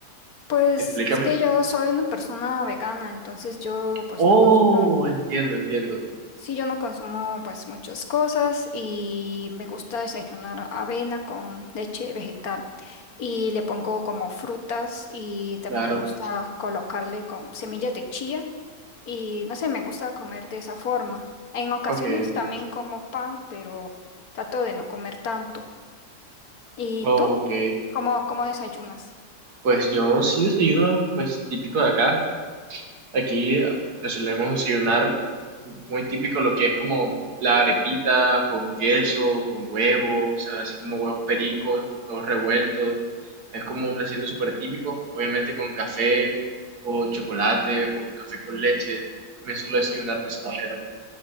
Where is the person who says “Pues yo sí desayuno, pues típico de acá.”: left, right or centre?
Right